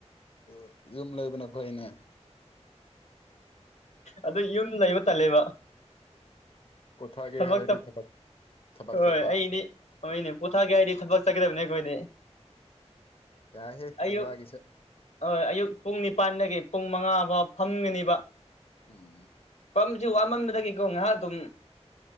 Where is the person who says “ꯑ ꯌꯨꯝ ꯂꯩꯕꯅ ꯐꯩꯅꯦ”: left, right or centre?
Left